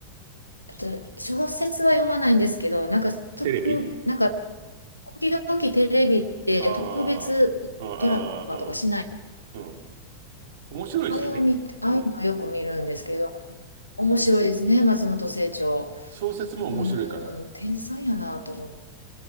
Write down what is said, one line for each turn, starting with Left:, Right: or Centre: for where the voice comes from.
Left: あと小説は読まないんですけど、なんか特、
Right: テレビ
Left: なんか時々テレビで特別ドラマとかしないで、
Right: ああ、ああ、うん、うん。面白いですよね。
Left: あれを見、ああいうのよく見るんですけど、
Right: うん。
Left: 面白いですね、松本清張。
Right: 小説も面白いから。
Left: うーん、天才やなと思う。